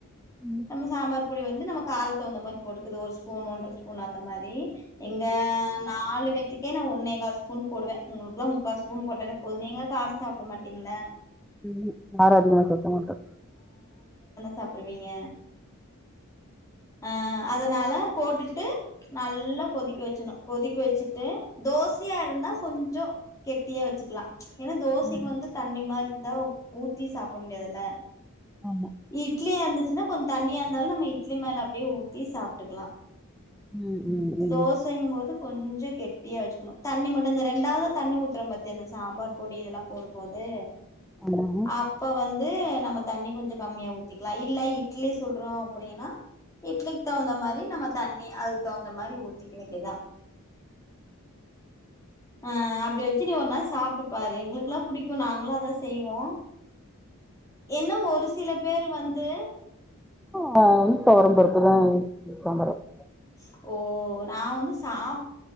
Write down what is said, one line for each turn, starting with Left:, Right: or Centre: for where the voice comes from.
Centre: ம்
Left: நம்ம சாம்பார் பொடி வந்து நம்ம காரத் தகுந்த மாரி போட்டுக்கறது ஒரு ஸ்பூன் ஒன்ற ஸ்பூன் அந்த மாரி எங்க நாலு வேத்திக் கே நா ஒன்னே கால் ஸ்பூன் போடுவே உங்களுக்கெல்லா முக்கா ஸ்பூன் போட்டாலே போது நீங்கதா காரோ சாப்ட மாட்டீங்கல்ல
Centre: ம்ஹு காரோ அதிகமா சாப்ட மாட்டே
Left: சாப்ட்ருவீங்க அ அதனால போட்டுட்டு நல்லா கொதிக்க வெச்சணு கொதிக்க வெச்சிட்டு தோசையா இருந்தா கொஞ்சோ கெட்டியா வச்சுக்லா ஏன்னா தோசைக்கு
Centre: ம்
Left: வந்து தண்ணி மாரி இரு தோ ஊத்தி சாப்ட முடியாதில்ல
Centre: ஆமா
Left: ஈத் இட்லியா இருந்துச்சுன்னா கொ தண்ணியா இருந்தாலு நம்ம இட்லி மேல அப்டியே ஊத்தி சாப்ட்டுக்கலா
Centre: ம் ம் ம்
Left: தோசைங்கும் போது கொஞ்சோ கெட்டியா வச்சுக்கணு தண்ணி மட்டு அந்த ரெண்டாவது தண்ணி ஊத்தரோ பாத்தியா அந்த சாம்பார் பொடி இதெல்லா போடும்போது
Centre: ஆமா
Left: அப்ப வந்து நம்ம தண்ணி கொஞ்சோ கம்மியா ஊத்திக்கலா இல்ல இ இட்லி சுட்றோ அப்படின்னா இட்லிக் தகுந்த மாரி நம்ம தண்ணி அதுக் தகுந்த மாரி ஊத்திக்க வேண்டியதா ஆ அப் இப்டி வெச்சு நீ ஒரு நாள் சாப்ட்டுப்பாரு எங்களுக்கெல்லா புடிக்கு நாங்களா அதா செய்வோ என்ன ஒரு சில பேரு வந்து
Centre: நா வந்து தொவரம்பருப்பு தா <inaudible> சாம்பார் வெப்
Left: ஸ் ஓ நா வந்து சாப்